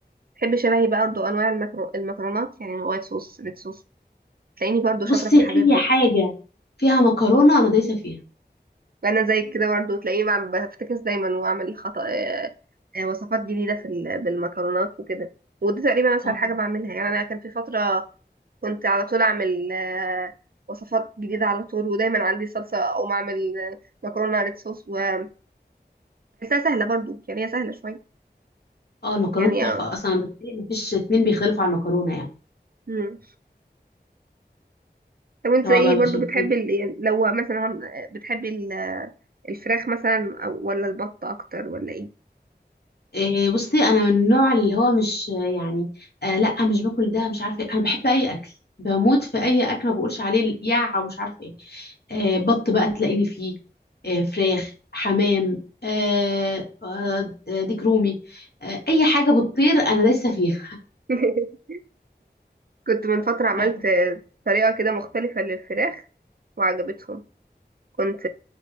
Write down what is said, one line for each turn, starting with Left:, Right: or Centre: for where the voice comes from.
Right: بتحبي شبهي بقى برضه انواع المكرو... المكرونات يعني وايت صوص ريد صوص تلاقيني برضه شاطره
Left: بصي
Right: في الحاجات
Left: اي
Right: دي
Left: حاجه فيها مكرونه انا دايسه فيها
Right: وانا زيك كده برضه تلاقيني بعمل بفتكس دايما واعمل خطأ آه، آه، وصفات جديده في ال... بالمكرونات وكده ودي تقريبا اسهل
Left: اه
Right: حاجه بعملها يعني انا كان في فتره كنت على طول اعمل آه، وصفات جديده على طول ودايما عندي صلصه او اعمل آه، مكرونه ريد صوص وبحسها سهله برضه يعني هي سهله شويه
Left: اه المكرونه
Right: يعني
Left: تحفه
Right: آه،
Left: اصلا بتهيألي ما فيش اتنين بيختلفوا على المكرونه يعني
Right: مم. طب انت
Left: سواء
Right: ايه
Left: بقى
Right: برضو
Left: بشاميل
Right: بتحبي ال... يعني لو مثلا بتحبي ال... الفراخ مثلا أو- ولا البط اكتر ولا ايه
Left: إيه بصي انا من النوع اللي هو مش يعني آه لا مش باكل ده مش عارفه إيه. انا بحب اي اكل بموت في اي اكل ما بقولش عليه يا ومش عارفه ايه آه بط بقى تلاقيني فيه آه فراخ حمام آه آه آه، ديك رومي آه اي حاجه بتطير انا دايسه فيها
Right: <laughs> كنت من فترة عملت
Left: <laughs> بحب
Right: طريقة كده مختلفة للفراخ وعجبتهم كنت